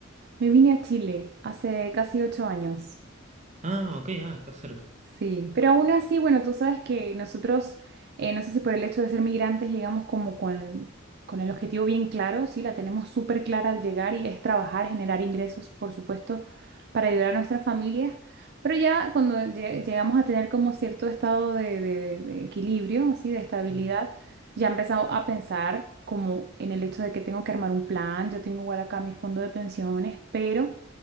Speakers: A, on the right; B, on the right.
A: Me vine a Chile hace casi ocho años.
B: Ah, ok, ah, estás cerca.
A: Sí, pero aún así, bueno, tú sabes que nosotros, eh, no sé si por el hecho de ser migrantes llegamos como con, con el objetivo bien claro, sí, la tenemos súper clara al llegar y es trabajar, generar ingresos, por supuesto, para ayudar a nuestras familias, pero ya cuando lle- llegamos a tener como cierto estado de, de- de equilibrio, así, de estabilidad,
B: Mm,
A: ya he empezado a pensar como en el hecho de que tengo que armar un plan, yo tengo igual acá mi fondo de pensiones, pero...